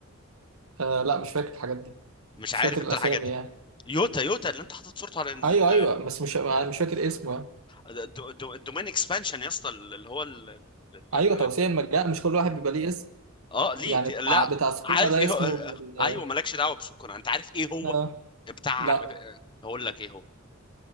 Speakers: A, on the right; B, on the left.
A: اه لا مش فاكر الحاجات دي
B: مش
A: مش
B: عارف
A: فاكر
B: انت
A: الاسامي
B: الحاجات دي
A: يعني
B: يوتا يوتا اللي انت حاطط صورته على ال-
A: ايوه ايوه بس مش أنا مش فاكر اسمه يعني
B: الدو- دو- الدومين اكسبانشن يا اسطى اللي هو ال... ال-
A: ايوه
B: ال-
A: توسيع المجال مش كل واحد بيبقى ليه اسم
B: اه ليه
A: يعني
B: ليه-
A: بتاع
B: لا
A: بتاع سكونة
B: عارف
A: ده
B: ايه
A: اسمه
B: هو آه،
A: ال-
B: ايوه مالكش دعوه بسكنة انت عارف ايه هو
A: آه.
B: بتاع
A: لا
B: آه، هقول لك ايه هو